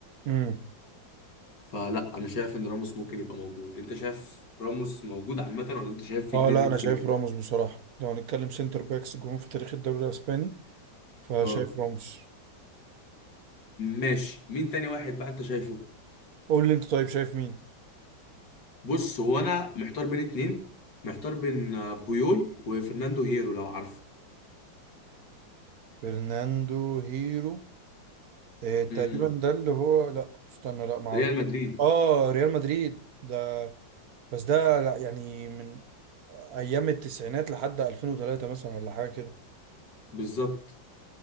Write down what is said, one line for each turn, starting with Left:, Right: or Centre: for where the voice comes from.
Right: امم
Left: فلا أنا شايف إن راموس ممكن يبقى موجود أنت شايف راموس موجود عامة ولا أنت شايف في
Right: اه
Left: اتنين
Right: لا
Left: ممكن
Right: انا شايف
Left: يبقى
Right: راموس بصراحه لو هنتكلم سنتر باكس جون في تاريخ الدوري الاسباني فشايف
Left: أه
Right: راموس
Left: ماشي مين تاني واحد بقى أنت شايفه
Right: قول لي انت طيب شايف مين
Left: بص هو أنا محتار بين اتنين محتار بين آه، بويول وفرناندو هيرو لو عارفه
Right: برناندو هيرو اه تقريبا
Left: امم
Right: ده اللي هو لا استنى لا ما اعرف
Left: ريال مدريد
Right: اه ريال مدريد ده بس ده لا يعني من ايام التسعينات لحد 2003 مثلا ولا حاجه كده
Left: بالظبط